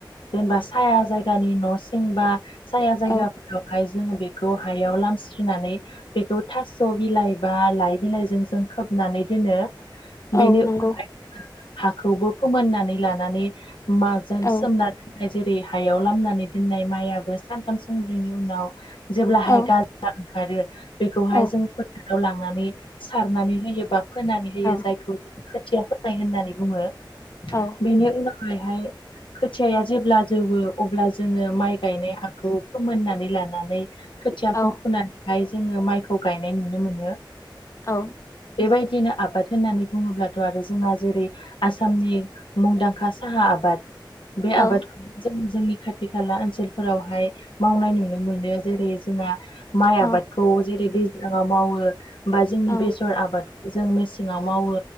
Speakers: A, on the left; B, on the left.
A: जेनेबा साया जायगानि न' सिं बा साया जायगाफोरावहाय
B: औ
A: जोङो बेखौ हायाव लामस्रिनानै बेखौ थास' बिलाइ बा लाइ बिलाइजों जों खोबनानै दोनो बेनि
B: औ नंगौ
A: उनावहाय जोो हाखौबो फोमोननानै लानानै माजों
B: औ
A: सोमनानै जेरै हायाव लामनानै दोननाय माइआो सानथाम सानब्रैनि उनाव जेब्लाहाय
B: औ
A: गाज्रि ओंखारो बेखौहाय
B: औ
A: जों फोथाराव लांनानै सारनानै होयोबा फोनानै होयो
B: औ
A: जायखौ जों खोथिया फोनाय होननानै बुङो।
B: औ
A: बेनि उनावहहाय फुथियाया जेब्ला जौवो अब्ला जोङो माइ गायनाय हाखौ फोमोननानै लानानै नानै खोथियाखौ
B: औ
A: फुनानैहाय जोङो माइखौ गायनाय नुनो मोनो।
B: औ
A: बेबायदिनो आबाद होननानै बुङोब्लाथ' आरो जोंहा जेरै आसामनि मुंदांखा साहा आबाद बे
B: औ
A: आबादखौ जों जोंनि खाथि खाला ओनसोलफोरावहाय मावनाय नुनो मोनो। जेरै जोंहा माइ
B: औ
A: आबादखौ जेरै दैज्लांआव मावो बा जोंनि
B: औ
A: बेसर आबाद जों मेसेङाव मावो